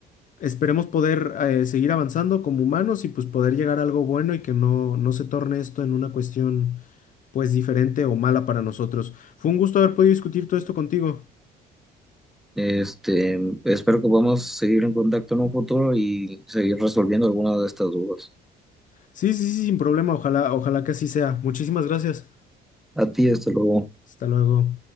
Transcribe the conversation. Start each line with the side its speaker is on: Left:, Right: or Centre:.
Left: esperemos poder eh, seguir avanzando como humanos y pues poder llegar a algo bueno y que no, no se torne esto en una cuestión pues diferente o mala para nosotros. Fue un gusto haber podido discutir todo esto contigo.
Centre: Este, espero que podamos seguir en contacto en un futuro y seguir resolviendo algunas de estas dudas.
Left: Sí, sí, sí, sin problema. Ojalá, ojalá que así sea. Muchísimas gracias.
Centre: A ti, hasta luego.
Left: Hasta luego.